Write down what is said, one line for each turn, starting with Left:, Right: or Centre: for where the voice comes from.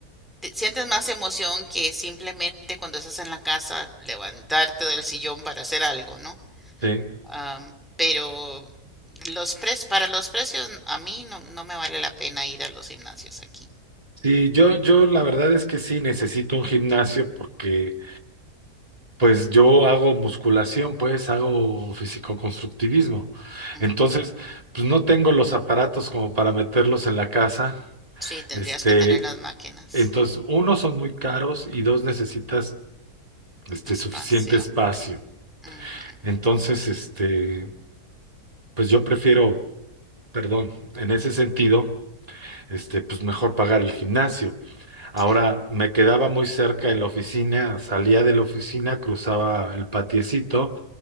Centre: te- sientes más emoción que simplemente cuando estás en la casa levantarte del sillón para hacer algo, ¿no?
Right: ¿sí?
Centre: Am, pero los pres- para los precios a mí no, no me vale la pena ir a los gimnasios aquí.
Right: Sí, yo, yo la verdad es que sí necesito un gimnasio porque Pues yo hago musculación, pues hago fisicoconstructivismo.
Centre: Ujú.
Right: Entonces, pues no tengo los aparatos como para meterlos en la casa.
Centre: Sí, tendrías
Right: Este,
Centre: que tener las máquinas,
Right: entonces, uno, son muy caros y dos, necesitas este
Centre: espacio.
Right: suficiente espacio.
Centre: Ujú,
Right: Entonces,
Centre: ujú.
Right: este, pues yo prefiero, perdón, en ese sentido, este, pues mejor pagar el gimnasio. Ahora
Centre: Sí.
Right: me quedaba muy cerca en la oficina, salía de la oficina, cruzaba el patiecito